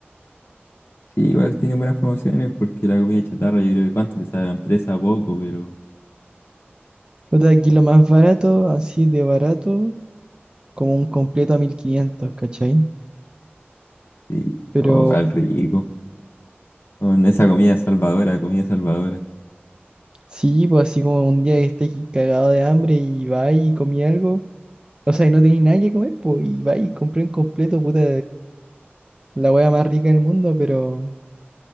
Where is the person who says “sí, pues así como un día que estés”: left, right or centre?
Right